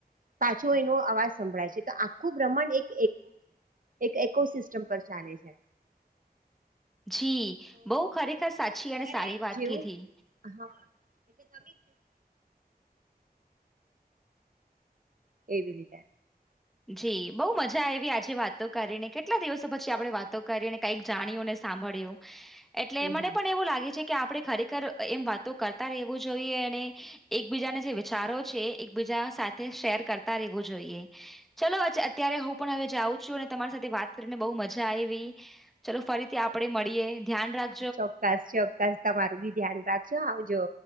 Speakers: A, on the right; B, in the centre.
A: પાછો એનો અવાજ સંભળાય છે તો આખું બ્રહ્માંડ એક છે એકકો સિસ્ટમ પર ચાલે છે.
B: જી
A: તો
B: બઉ ખરેખર સાચી
A: તમારે
B: અને સારી વાત
A: જેવું
B: કીધી
A: હા એટલે તમે જેવું એવી રીતે
B: જી બહુ મજા આવી આજે વાતો કરીને કેટલા દિવસો પછી આપણે વાતો કરીએને કઈક જાણ્યું ને સાંભળ્યું. એટલે
A: હમ
B: મને પણ એવું લાગે છે કે આપડે ખરેખર એમ વાતો કરતા રહેવું જોઈએ અને એકબીજાને જે વિચારો છે એકબીજા સાથે શેર કરતા રહેવું જોઈએ. ચલો અચ્ા અત્યારે હું પણ હવે જાઉં છું અને તમારી સાથે વાત કરીને બહુ મજા આયવી. ચાલલો ફરીથી આપડે મળીએ ધ્યાન રાખ
A: ચોક્કસ ચોક્કસ તમારું ભી ધ્યાન રાખજો આવજો.